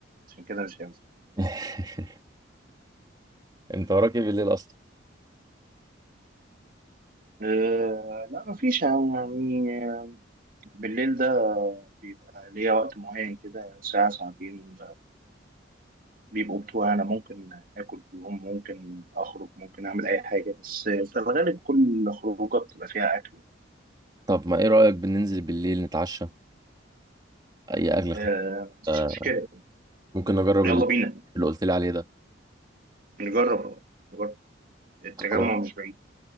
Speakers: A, on the right; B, on the right.
A: عشان كده مش هينفع
B: يعني. <laughs> انت وراك ايه بالليل اصلا
A: أه لا مفيش يعني بالليل ده بيبقى ليا وقت معين كده ساعة ساعتين بيبقوا بتوع أنا ممكن آكل فيهم ممكن أخرج ممكن أعمل أي حاجة بس في الغالب كل خروجة بتبقى فيها أكل
B: طب ما ايه رأيك بننزل بالليل نتعشى اي اكل خفيف
A: أه مفيش
B: آه،
A: مشكلة
B: ممكن اجرب
A: يلا
B: ال-
A: بينا
B: اللي قلت لي عليه ده
A: نجرب نجرب التجمع
B: خلاص
A: مش بعيد